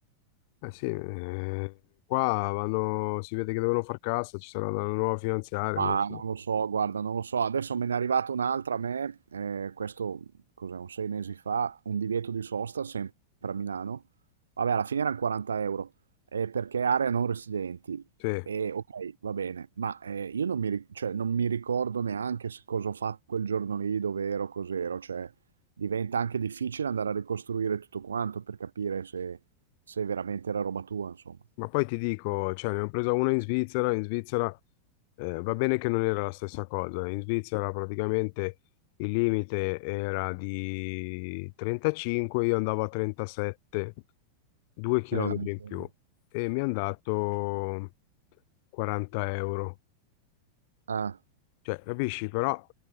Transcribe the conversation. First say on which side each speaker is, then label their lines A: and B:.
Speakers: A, on the left; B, on the right.
A: Eh sì, eh, qua vanno, si vede che devono far cassa, ci sarà la nuova finanziaria,
B: Ma
A: non lo so.
B: non lo so, guarda, non lo so. Adesso me ne è arrivata un'altra a me, eh, questo cos'è, un sei mesi fa, un divieto di sosta sempre a Milano. Vabbè, alla fine erano 40 euro, eh, perché è area non residenti.
A: Sì.
B: E ok, va bene, ma eh, io non mi, ri- cioè, non mi ricordo neanche se- cosa ho fatto quel giorno lì, dove ero, cos'ero. Cioè, diventa anche difficile andare a ricostruire tutto quanto per capire se, se veramente era roba tua, insomma.
A: Ma poi ti dico, cioè, ne ho presa una in Svizzera, in Svizzera eh, va bene che non era la stessa cosa, in Svizzera praticamente il limite era di 35, io andavo a 37, 2 chilometri
B: È la miseria.
A: in più e mi hanno dato 40 euro.
B: Ah.
A: Cioè, capisci, però